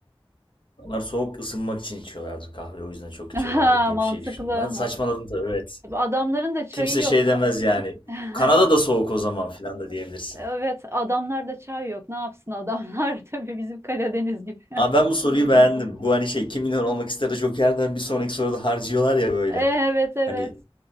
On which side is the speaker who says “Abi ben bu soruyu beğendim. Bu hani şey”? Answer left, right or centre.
Left